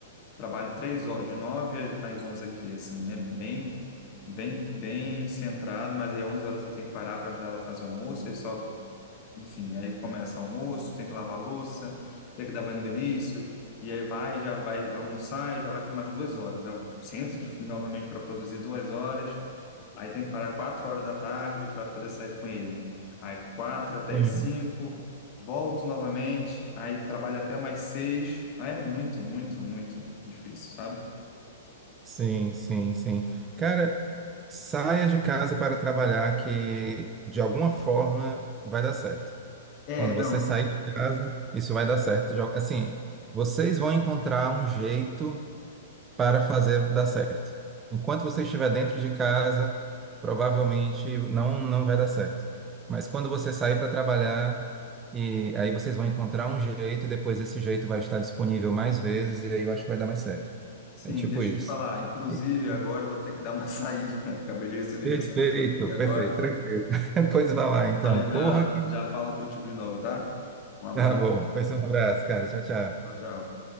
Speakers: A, on the left; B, on the right.
A: trabalho três horas de nove às às onze aqui, assim, é bem bem bem centrado. Mas aí 11 horas eu tenho que parar para ajudar ela a fazer o almoço. Aí só enfim, aí começa almoço, tem que lavar a louça, tem que dar banho no Benício, e aí vai, já vai almoçar e já vai para mais duas horas. Eu sento de, novamente para produzir duas horas, aí tem que parar quatro horas da tarde para poder sair com ele. Aí quatro até
B: Sim,
A: as cinco, volto novamente, aí trabalho até mais seis. Aí é muito, muito, muito difícil, sabe?
B: sim, sim, sim. Cara, saia de casa para trabalhar que de alguma forma vai dar certo.
A: É,
B: Quando
A: não.
B: você sair de casa, isso vai dar certo. De al- Assim, vocês vão encontrar um jeito para fazer dar certo. Enquanto você estiver dentro de casa, provavelmente não, não vai dar certo. Mas quando você sair para trabalhar, e aí vocês vão encontrar um jeito, e depois esse jeito vai estar disponível mais vezes, e aí eu acho que vai dar mais certo.
A: Sim,
B: É tipo
A: deixa
B: isso.
A: eu te falar. Inclusive,
B: E- e-
A: agora eu vou ter que dar uma <laughs> saída. Acabei de receber
B: Perfeito,
A: mensagem dela aqui agora.
B: perfeito, tranquilo. <laughs> Pois vai lá, então.
A: Mas
B: Corra
A: já,
B: que...
A: já falo contigo de novo, tá? Um abraço.
B: Tá bom. Pois um abraço, cara. Tchau, tchau.
A: Tchau, tchau.